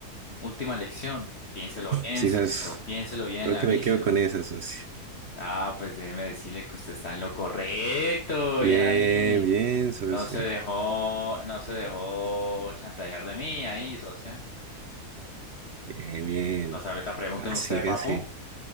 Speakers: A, on the left; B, on the right.
A: Última elección. Piénselo bien,
B: Sí,
A: Sosito.
B: sabes.
A: Piénselo bien,
B: Creo
A: aníselo.
B: que me quedo con esa, socio.
A: Ah, pues déjeme decirle que usted está en lo correcto.
B: Bien,
A: Bien ahí.
B: bien, socio.
A: No se dejó, no se dejó chantajear de mí ahí, socio.
B: Bien, bien.
A: Pues ahorita pregunten
B: Casi,
A: usted, papo.
B: casi.